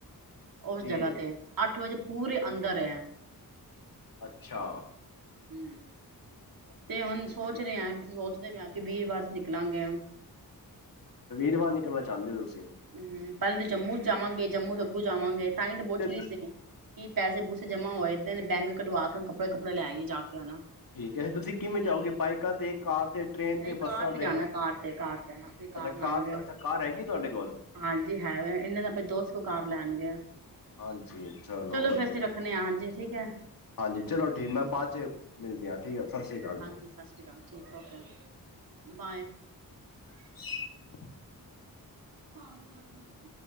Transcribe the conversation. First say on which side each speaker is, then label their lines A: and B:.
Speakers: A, on the right; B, on the left.
A: ਉਸ
B: ਠੀਕ
A: ਜਗ੍ਹਾ ਤੇ ਅੱਠ ਵਜੇ ਪੂਰੇ ਅੰਦਰ ਏ।
B: ਅੱਛਾ
A: ਹੂੰ, ਤੇ ਹੁਣ ਸੋਚ ਰਹੇ ਆ ਕਿ ਸੋਚਦੇ ਪਏ ਆ ਕਿ ਵੀਰਵਾਰ ਨਿਕਲਾਂਗੇ।
B: ਤੇ ਵੀਰਵਾਰ ਨਿਕਲਣਾ ਚਾਂਦੇ ਓ।
A: ਹੂੰ ਪਹਿਲੇ ਤੇ ਜੰਮੂ ਜਾਵਾਂਗੇ ਜੰਮੂ ਤੋਂ ਅੱਗੋ ਜਾਵਾਂਗੇ ਤਾਂਹੀ ਤਾਂ ਪੁੱਛ
B: ਤੇ
A: ਰਹੀ ਸੀ। ਕਿ ਪੈਸੇ-ਪੂਸੇ ਜਮਾ ਹੋਏ ਏਦੇ ਬੈਂਕ ਕਢਵਾ ਕੇ ਕੱਪੜੇ- ਕੁੱਪੜੇ ਲੈ ਆਈਏ ਜਾ ਕੇ ਹੁਣ।
B: ਠੀਕ ਹੈ ਤੁਸੀਂ ਕਿਵੇਂ ਜਾਓਗੇ ਬਾਈਕਾਂ ਤੇ ਕਾਰ ਤੇ ਟ੍ਰੇਨ
A: ਨਹੀਂ ਕਾਰ
B: ਬੱਸਾਂ
A: ਤੇ ਜਾਣਾ ਕਾਰ ਤੇ ਕਾਰ ਤੇ ਹਾਂਜੀ ਕਾਰ
B: ਅੱਛਾ
A: ਨਾਲ ਏ।
B: ਤੇ ਅੱਛਾ ਕਾਰ ਹੈਗੀ ਤੁਹਾਡੇ ਕੋਲ
A: ਹਾਂਜੀ ਹੈ ਵੇ ਇਹਨਾਂ ਦਾ <unintelligible> ਦੋ ਸੌ ਕਾਰ ਲੈਣ ਗਿਆ।
B: ਹਾਂਜੀ
A: ਚਲੋ
B: ਵਧੀਆ
A: ਫਿਰ ਅਸੀਂ ਰੱਖਣੇ ਆ ਹਾਂਜੀ ਠੀਕ ਏ।
B: ਹਾਂਜੀ ਚਲੋ ਠੀਕ ਮੈਂ ਬਾਅਦ <unintelligible>
A: ਹਾਂਜੀ,
B: ਜੀ
A: ਸਤਿ ਸ਼੍ਰੀ ਅਕਾਲ ਠੀਕ ਔ ਕੇ, ਬਾਏ
B: ਸ਼ <unintelligible>
A: ਹਾਂ ਬ <unintelligible>